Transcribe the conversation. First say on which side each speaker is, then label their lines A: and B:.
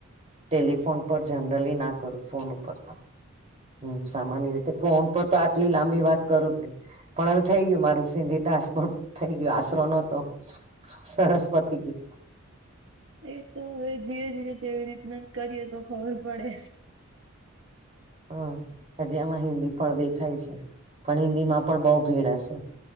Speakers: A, on the right; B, on the right.
A: ટેલિફોન પર જનરલી ના કરું, ફોન ઉપર તો હમ, સામાન્ય એ તો ફોન પર તો, આટલી લાંબી વાત કરું નહી. પણ હવે થઈ ગયું મારું, સિંધી ટાશ પણ થઈ ગયું, આશરો નતો. સરરસ્વતી જ.
B: એ તો હવે ધીરે-ધીરે જેવી રીતના કરીએ તો, ખબર પડે.
A: હમ, હજી આમાં હિન્દી પણ દેખાય છે, પણ હિન્દી માં પણ બહ ભીડ હશે.